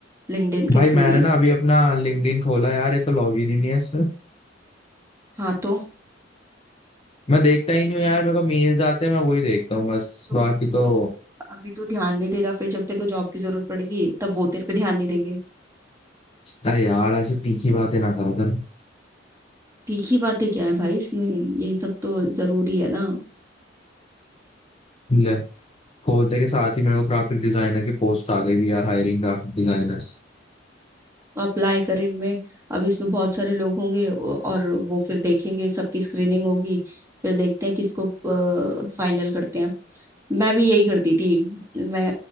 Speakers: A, on the right; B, on the left.
A: लिंक्डइन के
B: भाई
A: थ्रू
B: मैंने
A: ही
B: ना अभी अपना लिंक्डइन खोला यार ये तो लॉगिन ही नहीं है इसमें
A: हाँ तो,
B: मैं देखता ही नहीं हूँ यार मेरे को मेल्स आते हैं मैं वही देखता हूँ बस
A: तो
B: बाकी
A: बोल रही
B: तो
A: हूँ अभी तो ध्यान नहीं दे रहा फिर जब तेरे को जॉब की जरूरत पड़ेगी तब वो तेरे पे ध्यान नहीं देंगे
B: अरे यार ऐसे तीखी बातें ना करा कर
A: तीखी बातें क्या है भाई इसमें यही सब तो जरूरी है ना
B: ले खोलते के साथ ही मेरे को ग्राफिक डिजाइनर की पोस्ट आ गई भी यार हायरिंग ग्राफिक डिजाइनर
A: अप्लाई कर इनमें अब इसमें बहुत सारे लोग होंगे औ- और वो फिर देखेंगे सबकी स्क्रीनिंग होगी फिर देखते हैं किसको फाइनल करते हैं मैं भी यही करती थी मैं